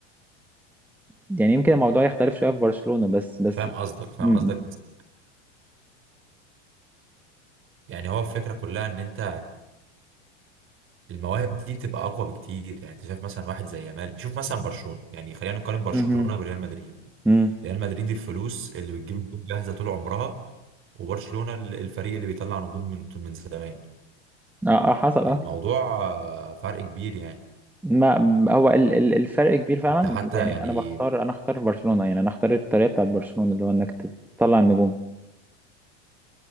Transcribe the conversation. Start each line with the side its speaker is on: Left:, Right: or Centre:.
Centre: يعني يمكن الموضوع يختلف شويه في برشلونه بس بس
Right: فاهم قصدك فاهم
Centre: مم.
Right: قصدك بس يعني هو الفكره كلها ان انت المواهب دي بتبقى اقوى بكتير يعني انت شايف مثلا واحد زي يامال شوف مثلا برشلونه يعني خلينا نقارن برشلونه
Centre: مم.
Right: بريال مدريد
Centre: مم.
Right: ريال مدريد الفلوس اللي بتجيب نجوم جاهزه طول عمرها وبرشلونه ال- الفريق اللي بيطلع نجوم من من زمان
Centre: اه آه، حصل
Right: الموضوع
Centre: اه
Right: آه، فرق كبير يعني
Centre: ما هو ال- ال- الفرق كبير فعلا
Right: انت حتى
Centre: يعني
Right: يعني
Centre: انا بختار انا اختار برشلونه يعني انا اختار الطريقه بتاعت برشلونه اللي هو انك تطلع النجوم